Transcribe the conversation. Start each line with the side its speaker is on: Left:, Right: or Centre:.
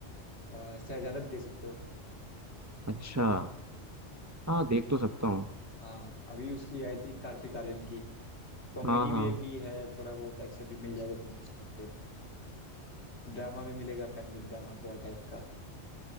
Left: अ, शहजादा देख सकते हो
Right: अच्छा हाँ देख तो सकता हूँ
Left: हाँ अभी उसकी आई थी कार्तिक आर्यन की कॉमेडी
Right: हाँ हाँ
Left: भी भी है थोड़ा बहुत एक्शन भी मिल जाएगा तुम्हें उसमें से ड्रामा भी मिलेगा फैमिली ड्रामा थोड़ा टाइप का